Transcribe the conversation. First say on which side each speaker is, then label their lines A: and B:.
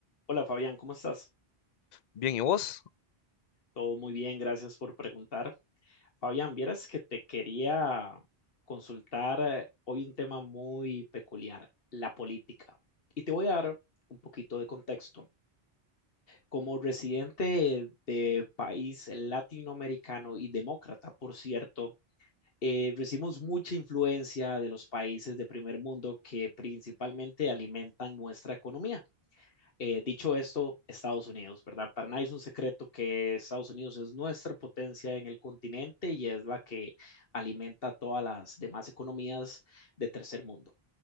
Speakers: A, on the left; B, on the left.
A: Hola Fabián, ¿cómo estás?
B: Bien, ¿y vos?
A: Todo muy bien, gracias por preguntar. Fabián, vieras que te quería consultar eh, hoy un tema muy peculiar, la política. Y te voy a dar un poquito de contexto. Como residente de país latinoamericano y demócrata, por cierto, eh, recibimos mucha influencia de los países de primer mundo que principalmente alimentan nuestra economía. Eh, dicho esto, Estados Unidos, ¿verdad? Para nadie es un secreto que Estados Unidos es nuestra potencia en el continente y es la que alimenta todas las demás economías de tercer mundo.